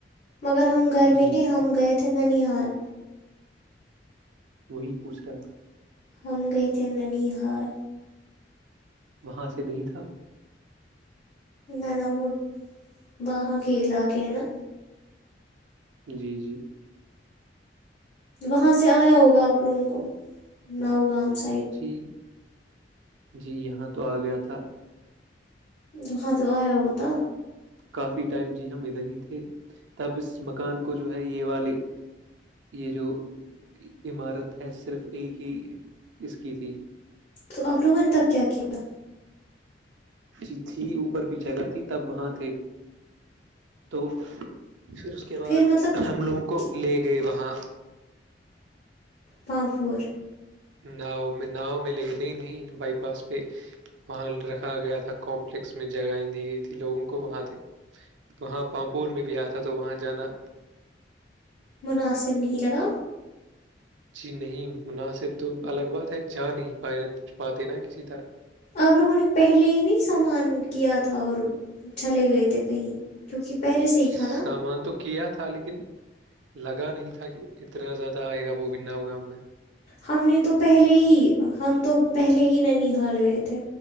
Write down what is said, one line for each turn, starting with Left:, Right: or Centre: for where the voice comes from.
Left: مگر ہم گھر میں
Right: جی
Left: نہیں
Right: جی
Left: ہم گئے تھے ننال
Right: وہی پوچھ رہا تھا
Left: ہم گئے تھے ننیحال
Right: وہاں سے نہیں تھا
Left: نانا ب وہاں کے علاقے ہیں نا
Right: جی جی
Left: وہاں سے آیا ہوگا آپ لوگوں کو ناوگام سے
Right: جی جی یہاں تو آ گیا تھا
Left: وہاں تو آیا ہوتا
Right: کافی ٹائم جی ہم ادھر ہی تھے تب اس مکان کو جو ہے یہ والے یہ جو عمارت ہے صرف ایک ہی اس کی تھی
Left: تو آپ لوگوں نے تب کیا کیا
Right: ا تھی اوپر بھی جگہ تھی تب وہاں تھے تو پھر اس کے بعد
Left: پھر مطلب
Right: ہم لوگوں کو
Left: کہ
Right: لے گئے وہاں
Left: پانپور
Right: ناؤ میں ناؤ میں لے نہیں نہیں بائی پاس پہ وہاں رکھا گیا تھا کمپلیکس میں جگہیں دی گئی تھی لوگوں کو وہاں سے وہاں پامپور میں بھی آ تھا تو وہاں جانا
Left: مناسب نہیں لگا
Right: جی نہیں مناسب تو الگ بات ہے جا نہیں پائے پاتے نا کسی طرح
Left: آپ لوگوں نے پہلے ہی نہیں سامان کیا تھا اور چلے گئے تھے کہیں کیونکہے سے ہی
Right: جس
Left: تھا نا
Right: سامان تو کیا تھا لیکن لگا نہیں تھا کہ اتنا زیادہ آئے گا وہ بھی ناؤ گام میں
Left: ہم نے تو پہلے ہی ہم تو پہلے ہی نہیںن ہار گئے تھے